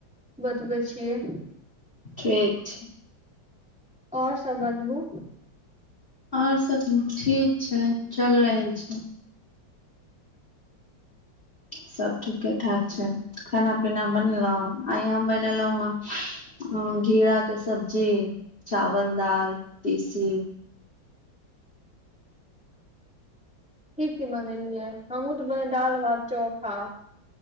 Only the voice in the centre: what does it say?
बतबै छियै
आओर सभ बताबू
की की बनेलियै हमहुँ तऽ बनेलि दालि भात चोखा